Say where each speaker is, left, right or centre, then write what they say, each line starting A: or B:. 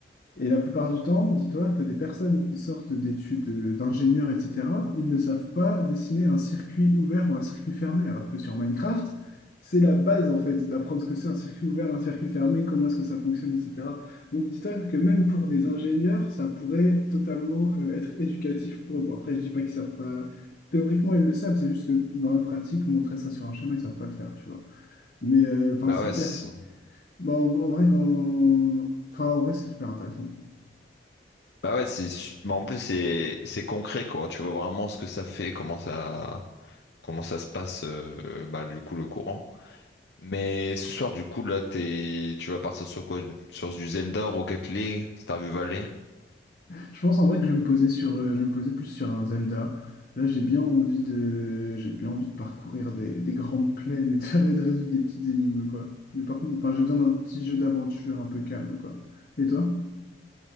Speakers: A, on the left; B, on the left.
A: Et la plupart du temps, dis-toi, tu as des personnes qui sortent d'études euh, d'ingénieurs, etc. Ils ne savent pas dessiner un circuit ouvert ou un circuit fermé, alors que sur Minecraft, c'est la base en fait d'apprendre ce que c'est un circuit ouvert, un circuit fermé, comment est-ce que ça fonctionne, etc. Donc dis-toi que même pour des ingénieurs, ça pourrait totalement euh, être éducatif pour eux. Bon, après, je dis pas qu'ils savent pas. Théoriquement, ils le savent, c'est juste que dans la pratique, montrer ça sur un schéma, ils savent pas le faire, tu vois. Mais euh, enfin,
B: Bah
A: c'est
B: ouais,
A: clair.
B: c'est-
A: Bon, en en vrai, quand... enfin, en vrai, c'est super intéressant.
B: bah ouais, c'est, su- mais en plus c'est c'est concret quoi. Tu vois vraiment ce que ça fait, comment ça comment ça se passe euh, bah, du coup le courant. Mais ce soir du coup là t'es tu vas partir sur quoi? Sur du Zelda, Rocket League, Stardew Valley?
A: Je pense en vrai que je vais me poser sur, euh, je vais me poser plus sur un Zelda. Là, j'ai bien envie de, j'ai bien envie de parcourir des, des grandes plaines et de, <laughs> faire- et de résoudre des petites énigmes, quoi. Mais par contre, enfin, j'ai besoin d'un petit jeu d'aventure un peu calme, quoi. Et toi?